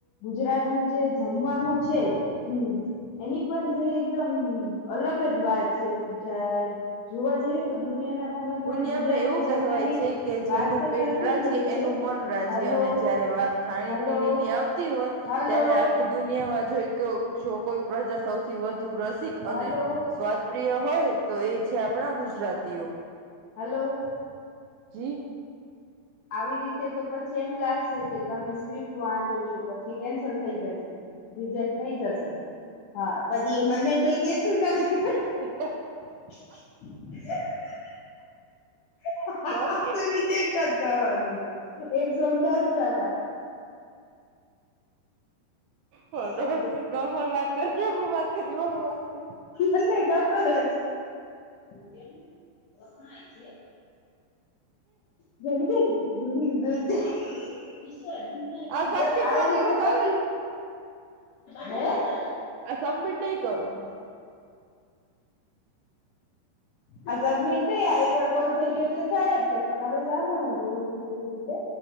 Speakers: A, on the left; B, on the right.
A: ગુજરાતનું જે જમવાનું છે હમ એની પણ જે એકદમ અલગ જ વાત છે. જા જોવા જઈએ ને તો દુનિયાના ખૂણે ખૂણે
B: દુનિયામાં
A: ગુજરાતમાં
B: એવું કહેવાય
A: જમવાની
B: છે કે જેનું
A: વાત તો
B: પેટ
A: થતી
B: રાજી
A: જ હોય
B: એનું
A: છે
B: મન રાજી
A: હલો
B: અને જયારે વાત ખાણીપીણી
A: હલો
B: ની આવતી હોય
A: હલો
B: ત્યારે આખી દુનિયામાં જોઈ જો કોઈક પ્રજા સૌથી વધુ રસિક
A: હલો
B: અને સ્વાદ પ્રિય હોય તો એ છે આપણા ગુજરાતીઓ.
A: હલો.
B: જી.
A: આવી રીતે તો પછી એમ લાગશે કે તમે સ્ક્રિપ્ટ વાંચો છો પછ છી કેન્સલ થઈ જાશે. રિજેક્ટ થઈ જશે. હા પછી એ મને કોઈ દેતું નથી.
B: <inaudible>
A: <inaudible> હા હા
B: ઓકે
A: આ તો રિજેક્ટ જ થાવાનું છે. એકસો ને દસ ટકા.
B: નોર્મલ
A: <inaudible>
B: વાત કર નોર્મલ વાત કર નોર્મલ વાત કર
A: અને ખબર જ. કેમ વખણાય છે? જેમ કે દૂન <inaudible> <inaudible>
B: આ સબમિટ
A: આવી
B: ન
A: રીતે
B: કરું ચાલે
A: પછી
B: ને
A: હે?
B: આ સબમીટ નઈ કરું.
A: આ સબમિટ નઈ આ એકવાર કોલ થઈ ગયો એટલે થાય જ છે ને પણ હવે સાંભણ હું બોલું છું એવી રીતે.